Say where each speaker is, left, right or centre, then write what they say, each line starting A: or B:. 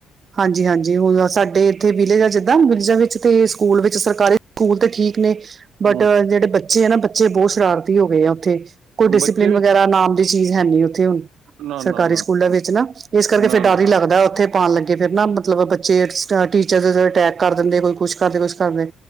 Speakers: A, on the right; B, on the right.
A: ਹਾਂਜੀ-ਹਾਂਜੀ, ਹੁਣ ਸਾਡੇ ਇੱਥੇ ਵਿਲੇਗਾ ਜ ਵਿਲੇਜਾਂ ਵਿੱਚ ਤੇ, ਸਕੂਲ ਵਿੱਚ ਸਰਕਾਰੀ ਸਕੂਲ ਤੇ ਠੀਕ ਨੇ, ਬਟ
B: ਹਮ,
A: ਜਿਹੜੇ ਬੱਚੇ ਬੱਚੇ ਹੈ ਨਾ, ਬੱਚੇ ਬਹੁਤ ਸ਼ਰਾਰਤੀ ਹੋ ਗਏ ਆ, ਉੱਥੇ ਕੋਈ ਡਿਸਪਲਿਨ,
B: ਬੱਚੇ ਵੀ
A: ਵਗੈਰਾ ਨਾਮ ਦੀ ਚੀਜ਼ ਹੈਨੀ ਉੱਥੇ ਹੁਣ।
B: ਨਾ ਨਾ
A: ਸਰਕਾਰੀ
B: ਨਾ
A: ਸਕੂਲਾਂ ਵਿੱਚ ਨਾ, ਇਸ ਕਰਕੇ
B: ਨਾ
A: ਫ਼ਿਰ
B: ਨਾ
A: ਡਰ ਹੀ, ਲੱਗਦਾ ਉੱਥੇ ਪਾਉਣ ਲੱ ਫਿਰ ਨਾ, ਮਤਲਬ ਬੱਚੇ ਟੀਚਰ ਦੇ ਉ ਅਟੈਕ ਕਰ ਦਿੰਦੇ, ਕੋਈ ਕੁਛ ਕਰਦੇ, ਕੁਛ ਕਰਦੇ!